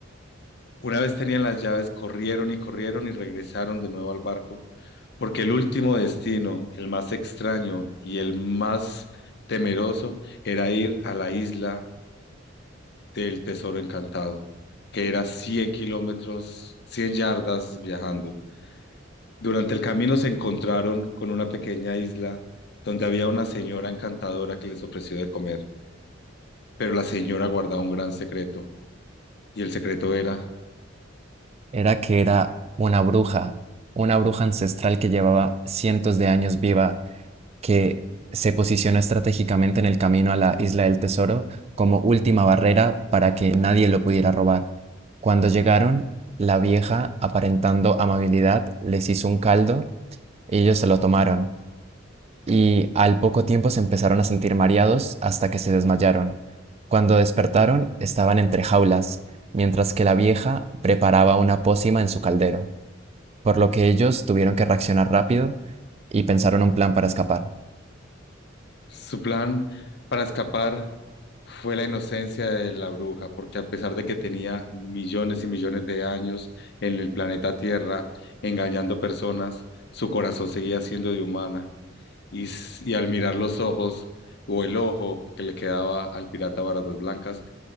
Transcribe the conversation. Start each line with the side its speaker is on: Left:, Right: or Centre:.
Left: una vez tenían las llaves, corrieron y corrieron y regresaron de nuevo al barco, porque el último destino, el más extraño y el más temeroso, era ir a la isla del Tesoro Encantado, que era 100 kilómetros, 100 yardas viajando. Durante el camino se encontraron con una pequeña isla donde había una señora encantadora que les ofreció de comer, pero la señora guardaba un gran secreto, y el secreto era
Right: Era que era una bruja, una bruja ancestral que llevaba cientos de años viva que se posicionó estratégicamente en el camino a la Isla del Tesoro como última barrera para que nadie lo pudiera robar. Cuando llegaron, la vieja, aparentando amabilidad, les hizo un caldo y ellos se lo tomaron. Y al poco tiempo se empezaron a sentir mareados hasta que se desmayaron. Cuando despertaron, estaban entre jaulas, mientras que la vieja preparaba una pócima en su caldero, por lo que ellos tuvieron que reaccionar rápido y pensaron un plan para escapar.
Left: su plan para escapar fue la inocencia de la bruja, porque a pesar de que tenía millones y millones de años en el planeta Tierra engañando personas, su corazón seguía siendo de humana y, s- y al mirar los ojos o el ojo que le quedaba al pirata Barbas Blancas,